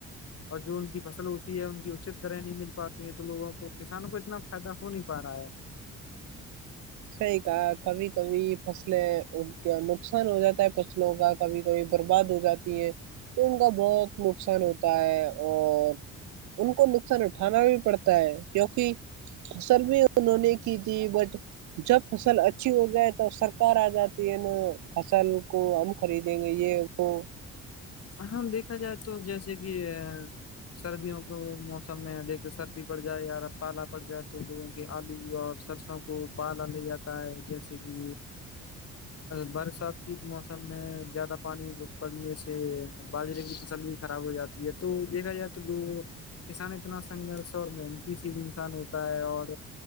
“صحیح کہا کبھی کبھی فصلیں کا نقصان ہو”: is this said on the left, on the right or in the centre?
Right